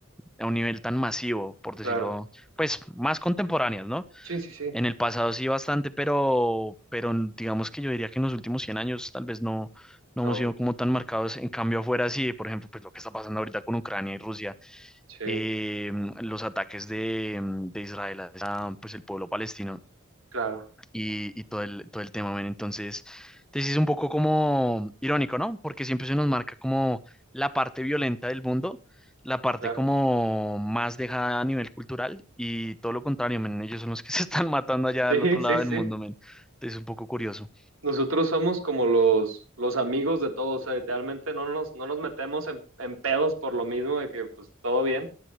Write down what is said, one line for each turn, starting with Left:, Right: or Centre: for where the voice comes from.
Centre: a un nivel tan masivo, por decirlo,
Right: claro.
Centre: pues, más contemporáneas, ¿no?
Right: Sí, sí, sí.
Centre: En el pasado sí bastante, pero, pero mm, digamos que yo diría que en los últimos 100 años tal vez no, no
Right: No,
Centre: hemos sido como tan marcados. En cambio, afuera sí, por ejemplo, pues lo que está pasando ahorita con Ucrania y Rusia
Right: sí,
Centre: eh, los ataques de, de Israel a pues, el pueblo palestino
Right: claro,
Centre: y, y todo el, todo el tema, men. Entonces, entonces es un poco como irónico, ¿no? Porque siempre se nos marca como la parte violenta del mundo, la parte
Right: claro.
Centre: como más dejada a nivel cultural y todo lo contrario, men. Ellos son los que <laughs> se están matando allá
Right: <laughs> Sí,
Centre: al otro
Right: sí,
Centre: lado
Right: sí.
Centre: del mundo, men. Entonces es un poco curioso.
Right: Nosotros somos como los, los amigos de todos, o sea, literalmente no nos, no nos metemos en, en pedos por lo mismo de que pues todo bien,